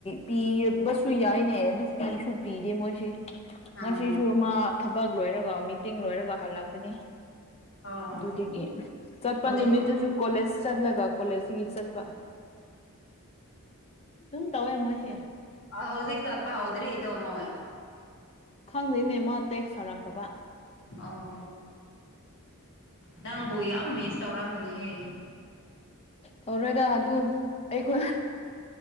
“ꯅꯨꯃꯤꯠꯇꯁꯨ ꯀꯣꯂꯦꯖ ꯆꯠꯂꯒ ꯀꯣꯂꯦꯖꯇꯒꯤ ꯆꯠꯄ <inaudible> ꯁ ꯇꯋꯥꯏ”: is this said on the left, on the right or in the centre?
Left